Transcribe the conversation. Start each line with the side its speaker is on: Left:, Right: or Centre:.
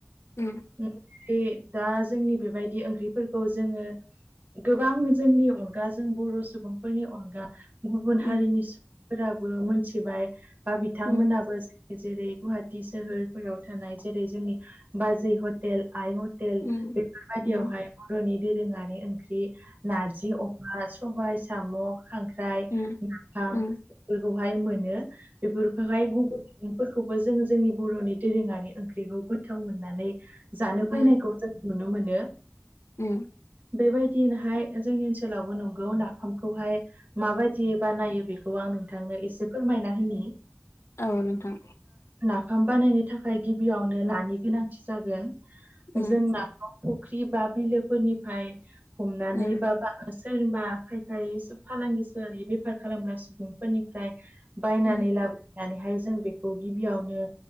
Left: उम
Right: बे दा जोंनि बेबायदि ओंख्रिफोरखौ जोङो गोबां जोंनि अनगाजों बर' सुबुंफोरनि अनगा गुबुन हारिनि
Left: उम
Right: सुबुंफोराबो मोनथिबाय बा बिथांमोनाबो
Left: उम
Right: जेरै गुवाहाटी सोहोरफोराव थानाय जेरै जोंनि बाजै हटेल आइ हटेल
Left: उम
Right: बेफोरबायदियावहाय
Left: उम
Right: बर'नि दोरोङारि ओंख्रि नारजि अमा सबाय साम' खांख्राइ
Left: उम
Right: नाफाम
Left: उम
Right: बेफोरखौहाय मोनो बेफोरखौहाय गुबुन मैगंफोरखौबो जोङो जोंनि बर'नि दोरोङारि ओंख्रिखौ गोथाव मोननानै जानो फैनायखौ
Left: उम उम
Right: जों नुनो मोनो।
Left: उम
Right: बेबायदिनोहाय जोंनि ओनसोलावबो नंगौ नाफामखौहाय माबायदि बा नायो बेखौ आं नोंथांनो एसे फोरमायना होननि
Left: औ नोंथां
Right: नाफाम बानायनो थाखाय गिबियावनो नानि गोनांथि जागोन
Left: उम
Right: जोंना फुख्रि बा बिलोफोरनिफ्राय हमनानै
Left: उम
Right: बा सोरनिबा फायखारि सब फालांगि बेफार खालामग्रा सुबुंफोरनिफ्राय बायनानै
Left: उम
Right: लाबनानैहाय जों बेखौ गिबियावनो